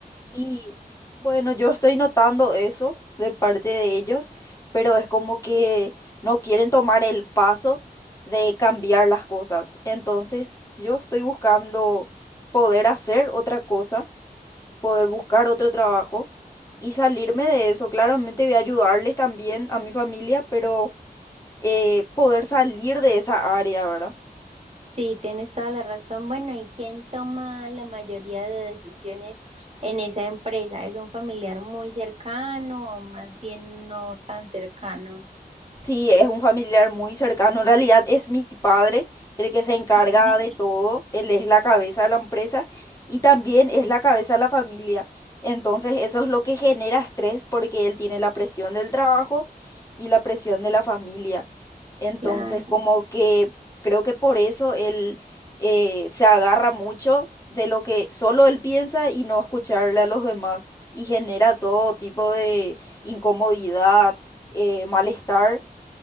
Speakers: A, on the left; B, on the right.
A: Y bueno, yo estoy notando eso de parte de ellos, pero es como que no quieren tomar el paso de cambiar las cosas. Entonces, yo estoy buscando poder hacer otra cosa, poder buscar otro trabajo y salirme de eso. Claramente voy a ayudarles también a mi familia, pero eh, poder salir de esa área, ¿verdad?
B: Sí, tienes toda la razón. Bueno, ¿y quién toma la mayoría de decisiones en esa empresa? ¿Es un familiar muy cercano o más bien no tan cercano?
A: Sí, es un familiar muy cercano. En realidad es mi padre el que se encarga
B: Mm,
A: de todo. Él es la cabeza de la empresa y también es la cabeza de la familia. Entonces eso es lo que genera estrés porque él tiene la presión del trabajo y la presión de la familia. Entonces
B: Claro,
A: como que creo que por eso él eh, se agarra mucho de lo que solo él piensa y no escucharle a los demás y genera todo tipo de incomodidad, eh, malestar